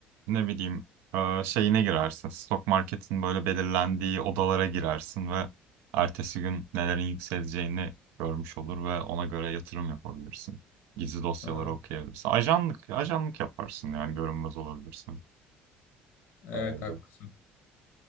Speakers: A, on the right; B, on the left.
A: ne bileyim e, şeyine girersin. Stok marketin böyle belirlendiği odalara girersin ve ertesi gün nelerin yükseleceğini görmüş olur ve ona göre yatırım yapabilirsin. Gizli dosyaları
B: Ha,
A: okuyabilirsin. Ajanlık, ajanlık yaparsın yani görünmez olabilirsin.
B: evet
A: Herhalde.
B: haklısın.